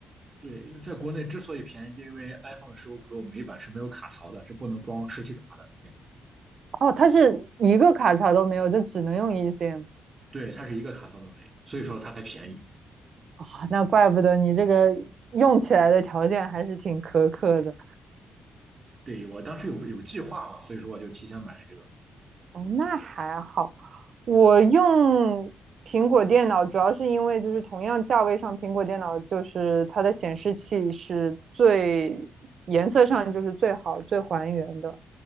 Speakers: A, on the right; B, on the right.
A: 对，因为在国内之所以便宜，因为 iPhone 十五 Pro 每一版是没有卡槽的，是不能装实体卡的。这样
B: 哦，它是一个卡槽都没有，就只能用 e s m
A: 对，它是一个卡槽都没有，所以说它才便宜。
B: 啊，那怪不得你这个用起来的条件还是挺苛刻的。
A: 对，我当时有有计划嘛，所以说我就提前买了这个。
B: 哦，那还好。我用苹果电脑主要是因为就是同样价位上，苹果电脑就是它的显示器是最颜色上就是最好最还原的，